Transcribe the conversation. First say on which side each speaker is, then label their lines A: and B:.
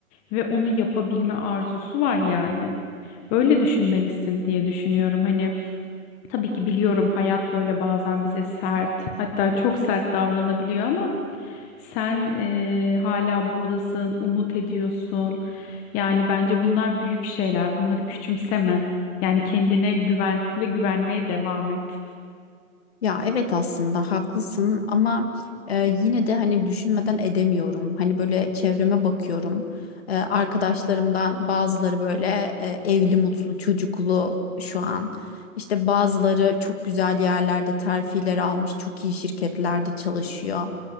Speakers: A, on the left; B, on the left.
A: ve onu yapabilme arzusu var yani. Böyle düşünmelisin diye düşünüyorum. Hani Tabii ki biliyorum hayat böyle bazen bize sert, hatta çok sert davranabiliyor ama sen eee, hala buradasın, umut ediyorsun. Yani bence bunlar büyük şeyler. Bunları küçümseme. Yani kendine güven ve güvenmeye devam et.
B: Ya evet aslında haklısın ama e, yine de hani düşünmeden edemiyorum. Hani böyle çevreme bakıyorum. E, arkadaşlarımdan bazıları böyle e, evli, mutlu, çocuklu şu an. İşte bazıları çok güzel yerlerde terfiler almış, çok iyi şirketlerde çalışıyor.